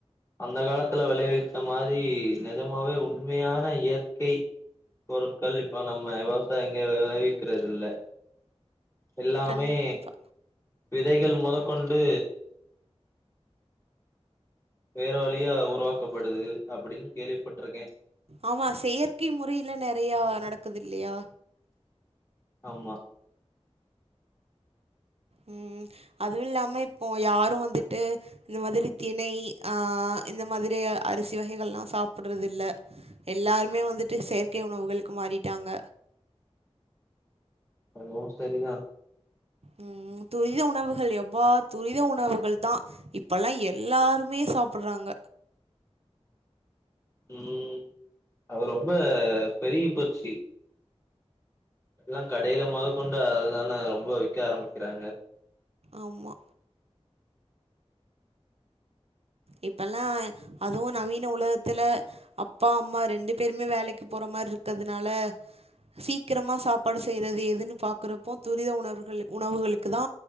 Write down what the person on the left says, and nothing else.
அந்தக் காலத்துல வெளைவிச்ச மாரி நெஜமாவே உண்மையான இயற்கை பொருட்கள் இப்போ நம்ம விவசாய்ங்க வெளைவிக்கிறதில்ல எல்லாமே
விதைகள் மொதக்கொண்டு வேற வழியா உருவாக்கப்படுது அப்புடின் கேள்விப்பட்ருக்கே
ஆமா
அதுவு சரிதா
ம் அது ரொம்ப பெருகிப் போச்சி எல்லா கடையில மொதக்கொண்டு அத தான ரொம்ப விக்க ஆரம்பிக்கிறாங்க